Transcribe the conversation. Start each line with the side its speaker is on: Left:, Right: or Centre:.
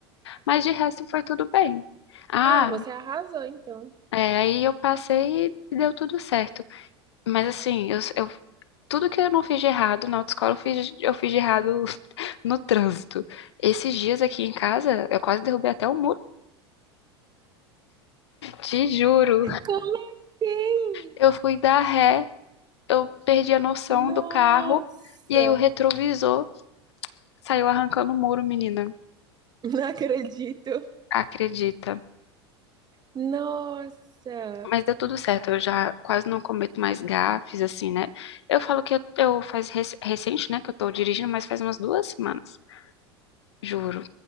Left: Mas de resto foi tudo bem. Ah,
Right: Ah, você arrasou, então.
Left: é, aí eu passei e deu tudo certo. Mas assim, eu, eu- tudo que eu não fiz de errado na autoescola, eu fiz, eu fiz de errado <laughs> no trânsito. Esses dias aqui em casa, eu quase derrubei até o muro. Te juro.
Right: Como assim?
Left: Eu fui dar ré, eu perdi a noção
Right: Nossa,
Left: do carro, e aí o retrovisor saiu arrancando o muro, menina.
Right: <laughs> não acredito.
Left: Acredita?
Right: Nossa.
Left: Mas deu tudo certo, eu já quase não cometo mais gafes, assim, né? Eu falo que eu, eu faz rec- recente, né, que eu tô dirigindo, mas faz umas duas semanas, juro.